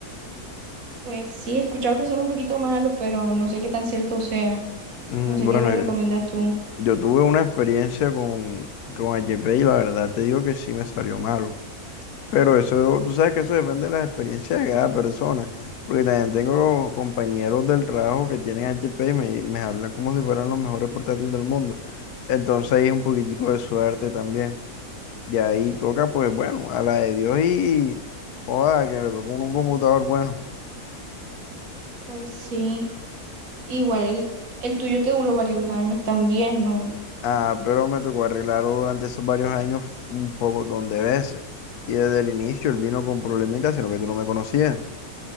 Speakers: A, on the right; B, on the left.
A: Pues sí, he escuchado que son un poquito malos, pero no sé qué tan cierto sea.
B: Mm,
A: No sé
B: bueno,
A: qué me
B: eh,
A: recomiendas tú.
B: yo tuve una experiencia con, con HP y la verdad te digo que sí me salió malo. Pero eso, tú sabes que eso depende de las experiencias de cada persona. Porque también tengo compañeros del trabajo que tienen HP y me, me hablan como si fueran los mejores portátiles del mundo. Entonces ahí es un poquitico de suerte también. Y ahí toca, pues bueno, a la de Dios y joda, que le tocó un, un computador bueno.
A: Pues sí, igual el, el tuyo te duró varios años también, ¿no?
B: Ah, pero me tocó arreglarlo durante esos varios años un poco de veces. Y desde el inicio él vino con problemitas, sino que tú no me conocías.